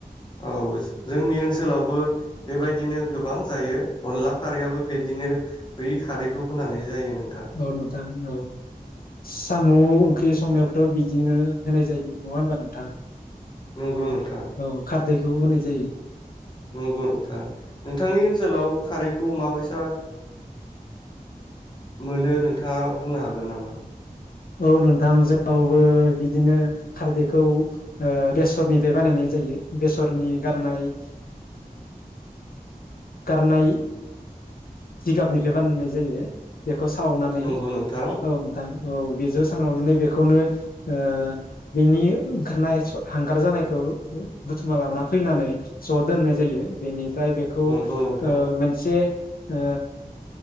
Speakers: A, on the left; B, on the left.
A: औ जोंनि ओनसोलावबो बेबायदिनो गोबां जायो अनला खारैयाबो बिदिनो बै खारैखौ होनानै जायो नोंथां
B: औ नोंथां औ साम' ओंख्रि संनायाबोवथ' बिदिनो होनाय जायो नङा होनबा नोंथां
A: नंगौ नंगौ
B: औ खारदै खौ होनाय जायो
A: नंगौ नोंथां नोंथांनि ओनसोलाव खारैखौ माबायसा मोनो नोंथाङा बुंनो हागोन नामा?
B: औ नोंथां जों <inaudible> वबो बिदिनो खारदैखौ ओ बेसरनिफ्राय बानायनाय जायो बेसरनि गारनाय ओ गारनाय जिगाबनिफ्राय बानायनाय जायो बे। बेखौ सावनानै
A: नंगौ नोंथां
B: औ नोंथां औ बे ज' सांनानै बेखौनो ओ बेनि ओंखारनाय हांगार जानायखौ बुथुमा लाना फैनानै ज' दोननाय जायो बेनि ओमफ्राय बेखौ
A: नंगौ
B: ओ
A: नोंथां
B: मोनसे ओ